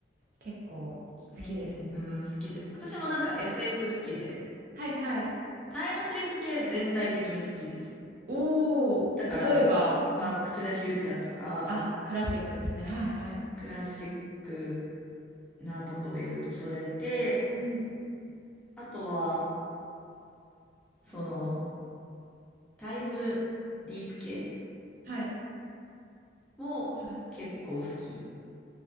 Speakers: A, on the right (about 50°); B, in the centre.
A: 結構好きですね。
B: 見て、うん、好きです。私もなんか SF 好きで、
A: はいはい。
B: タイムスリップ系全体的に好きです。
A: おー、
B: だから、
A: 例えば、なん、
B: バック・トゥ・ザ・フューチャーとか、
A: あ、クラシックですね。はいはい。
B: クラシックなとこで言うとそれで、
A: うん。
B: あとは、その、タイムリープ系
A: はい。
B: も結構好き。
A: はい。